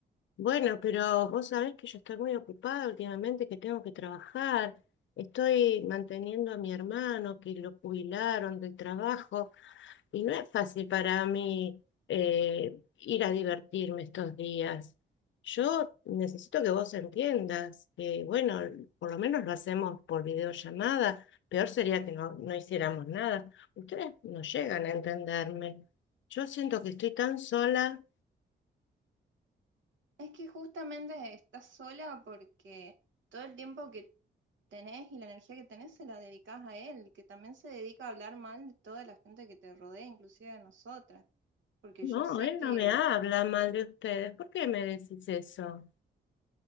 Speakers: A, on the left (about 80°); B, on the right (about 80°).
A: Bueno, pero vos sabés que yo estoy muy ocupada últimamente, que tengo que trabajar. Estoy manteniendo a mi hermano, que lo jubilaron del trabajo, y no es fácil para mí eh, ir a divertirme estos días. Yo necesito que vos entiendas que, bueno, por lo menos lo hacemos por videollamada. Peor sería que no, no hiciéramos nada. Ustedes no llegan a entenderme. Yo siento que estoy tan sola.
B: Es que justamente estás sola porque todo el tiempo que tenés y la energía que tenés se la dedicás a él, que también se dedica a hablar mal de toda la gente que te rodea, inclusive de nosotras, porque
A: No,
B: yo sé
A: él
B: que,
A: no me habla mal de ustedes. ¿Por qué me decís eso?